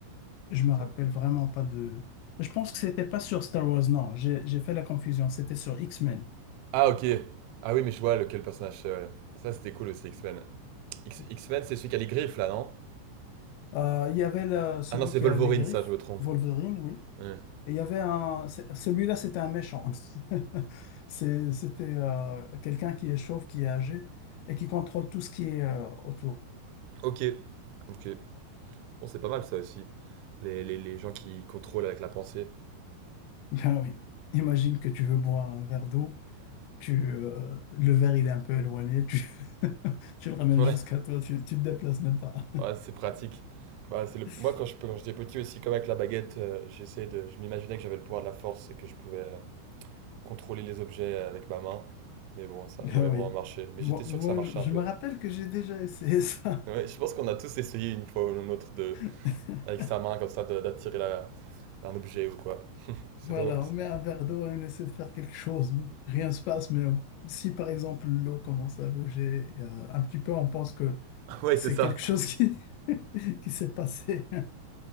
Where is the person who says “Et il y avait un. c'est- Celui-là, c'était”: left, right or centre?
Left